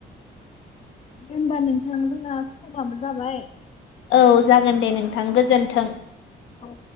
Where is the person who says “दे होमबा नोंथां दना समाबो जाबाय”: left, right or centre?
Left